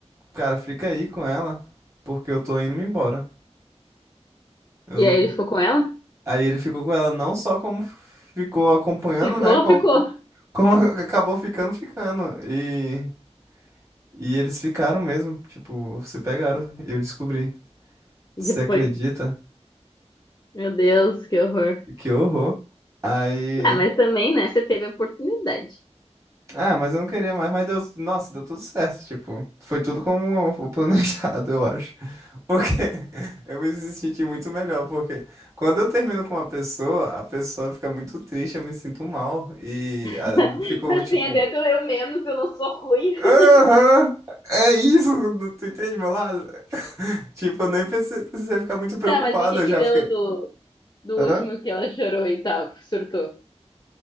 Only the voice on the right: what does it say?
Cara, fica aí com ela, porque eu tô indo-me embora. Eu
não...
Aí ele ficou com ela não só como ficou acompanhando,
né? Como,
como <laughs> acabou ficando, ficando. E, e eles ficaram mesmo, tipo, se pegaram. E eu descobri.
Você acredita?
Que horror. Aí.
Ah, mas eu não queria mais, mas deu. Nossa, deu tudo certo. Tipo, foi tudo como o planejado, <laughs> eu acho. Porque <laughs> eu me senti muito melhor, porque quando eu termino com uma pessoa, a pessoa fica muito triste, eu me sinto mal. E ah,
fico
tipo,
aham, é isso, tu entende meu lado? <laughs> Tipo, eu nem prece- precisei ficar muito preocupado,
eu
já
fiquei,
hã?